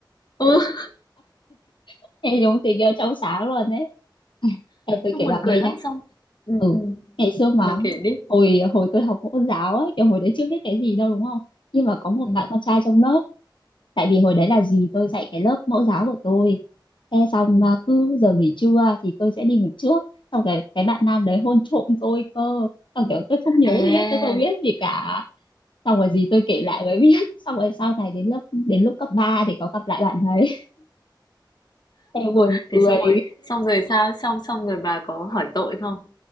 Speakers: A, on the left; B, on the left.
A: Ừ,
B: <laughs> thế đúng tình yêu trong sáng luôn đấy <laughs> Ai, Ê, tôi
A: Xong
B: kể
A: buồn
B: bà
A: cười
B: nghe
A: lắm
B: nhá
A: xong ừ,
B: ừ
A: ừ.
B: ngày xưa mà
A: Bà kể đi
B: hồi hồi tôi học mẫu giáo ấy kiểu hồi đấy chưa biết cái gì đâu đúng không nhưng mà có một
A: ừ,
B: bạn con trai trong lớp tại vì hồi đấy là gì tôi dạy cái lớp mẫu giáo của tôi thế xong
A: ừ.
B: mà cứ giờ nghỉ trưa thì tôi sẽ đi ngủ trước xong cái cái bạn nam đấy hôn trộm tôi cơ xong kiểu tôi không nhớ
A: À
B: gì hết tôi không biết gì cả xong rồi gì tôi kể lại mới biết <laughs> xong rồi sau này đến lớp đến lúc cấp 3 thì có gặp lại bạn đấy <laughs> em buồn
A: thế
B: cười
A: xong rồi xong rồi sao xong xong rồi bà có hỏi tội không